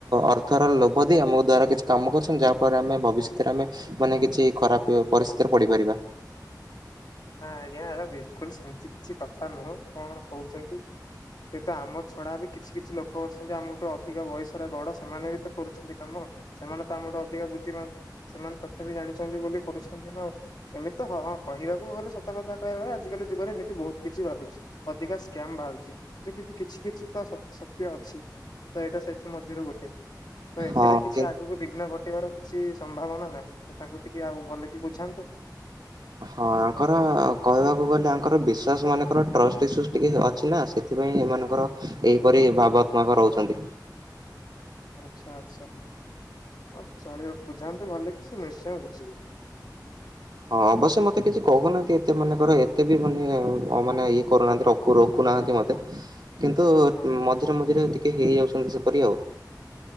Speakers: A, on the right; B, on the left.
A: ଅର୍ଥର ଲୋଭ ଦେଇ ଆମ ଦ୍ଵାରା କିଛି କାମ କରୁଛନ୍ତି। ଯାହାଫଳରେ ଆମେ ଭବିଷ୍ୟତରେ ଆମେ ମାନେ କିଛି ଖରାପ ପରିସ୍ଥିତିରେ ପଡିପାରିବା।
B: ହଁ ଆଜ୍ଞା ବିଲକୁଲ ସେମତି କିଛି କଥା ନୁହଁ। କଣ କହୁଛନ୍ତି ତ ଆମ ଛଡା ବି କିଛି କିଛି ଲୋକ ଅଛନ୍ତି ଆମଠୁ ଅଧିକ ବୟସରେ ବଡ ସେମାନେ ବି ତ କରୁଛନ୍ତି କାମ। ସେମାନେ ତ ଆମଠୁ ଅଧିକ ବୁଦ୍ଧିମାନ। ସେମାନେ ତଥାପି ଜାଣିଛନ୍ତି ବୋଲି କରୁଛନ୍ତିଉ। ଏମିତି ତ ହ ହଁ କହିବାକୁ ଗଲେ ସତକତା କହିବାର ଆଜିକାଲି ଯୁଗରେ ଏମିତି ବହୁତ କିଛି ବାହାରୁଛି। ଅଧିକା ସ୍କାମ୍ ବାହାରୁଛିତି କିଛି କିଛି ତ ସତ୍ୟ ଅ ଅ ତ ଏଇଟା ସେଥିମରୁ ଗୋଟେ ତ ଏଥିରେ
A: ହଁ
B: କିଛି
A: କିନ୍ତୁ
B: ଆଗକୁ ବିଘ୍ନ ଘଟିବାର କିଛି ସମ୍ଭାବନା ନାହିଁ। ତ ତାଙ୍କୁ ଟିକେ ଆଉ ଭଲ କି ବୁଝନ୍ତୁ
A: ହଁ ତାଙ୍କର କହିବାକୁ ଗଲେଙ୍କର ବିଶ୍ାସ ମାନଙ୍କର ଟଷ୍ଟଇୁ ଟିକେ ଅଛି ନା। ସେଥିପାଇଁ ସେମାନଙ୍କର ଏହିପରି ଭାବତ୍ମାକ ରହୁଛନ୍ତି।
B: ଆଚ୍ଛା ଆଚଛା ହଉ ଚଳିବା ବୁଝାନ୍ତୁ ଭଲ ଲାଗିଛିଁ ନିଶ୍ଚୟ ବୁଝିବି
A: ହଁ ଅବଶ୍ୟ ମତେ କିଛି କହୁନାହାନ୍ତି ଏତେ ମାନେଙ୍କର ଏତେ ବି ମାନେ ମାନେ ଇଏ କରୁନାହାନ୍ତି ରଖୁନାହାନ୍ତି ମତେ। କିନ୍ତୁ ମଝିରେ ମଝିରେ ଟିକେ ହେଇଯାଉଛନ୍ତି ସେପରି ଆଉ।